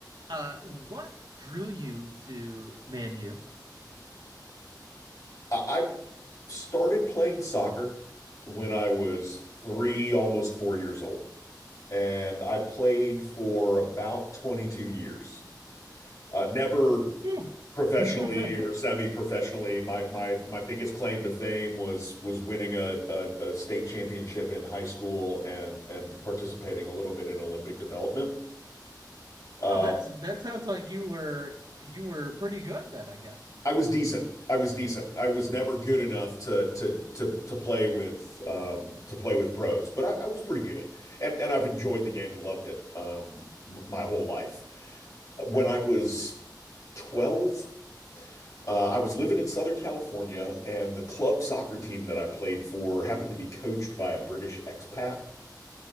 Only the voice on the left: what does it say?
I, I started playing soccer when I was three, almost four years old, and I played for about 22 years. Uh, never
professionally
or semi-professionally. My my my biggest claim to fame was was winning a, a a state championship in high school and and participating a little bit in Olympic development. Uh,
I was decent. I was decent. I was never good enough to to to to play with um, to play with pros, but I, I was pretty good, and and I've enjoyed the game and loved it um, m- my whole life. When
I was 12, uh, I was living in Southern California, and the club soccer team that I played for happened to be coached by a British expat